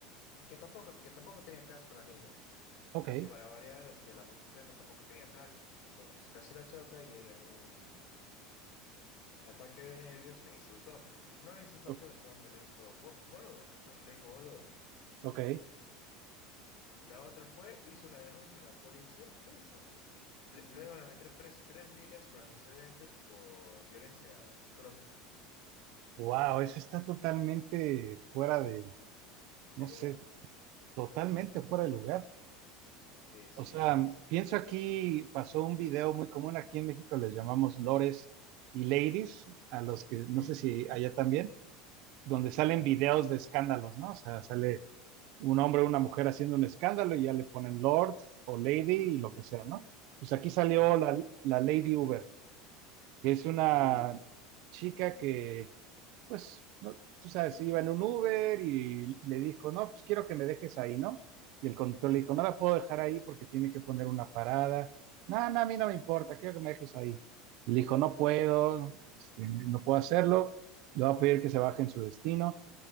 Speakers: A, on the left (about 70°); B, on the right (about 55°).
A: que tampoco, que tampoco tenía casco la niña.
B: ok,
A: Y para variar, este, la motocicleta tampoco tenía placa. Entonces casi la choca y él en un ataque de nervios le insultó. No le insultó
B: o-
A: feo, solamente le dijo "Bo- boluda, solamente le dijo boluda.
B: ok.
A: Y la otra fue, hizo la denuncia a la policía, listo. Le, lo iban a meter preso tres días con antecedentes por violencia psicológica
B: Wow, eso está totalmente fuera de,
A: del
B: no sé,
A: lugar.
B: Totalmente fuera de lugar.
A: Sí, sí,
B: O sea,
A: sí, sí.
B: pienso aquí, pasó un video muy común, aquí en México les llamamos lores y ladies, a los que
A: Ujú.
B: no sé si allá también, donde salen
A: Mm,
B: videos de escándalos, ¿no? O sea, sale un hombre o una mujer haciendo un escándalo y ya le ponen lord o lady
A: mm.
B: y lo que sea, ¿no? Pues aquí salió
A: No, no.
B: la, la Lady Uber, que es una
A: Uh,
B: chica que pues, no, tú sabes, iba en un Uber y le dijo, no, pues quiero que me dejes ahí, ¿no? Y el conductor
A: ujú.
B: le dijo, no la puedo dejar ahí porque tiene que poner una parada. No, no, a mí no me importa, quiero que me dejes ahí. Y le dijo, no puedo, este, no puedo hacerlo, le voy a pedir que se baje en su destino.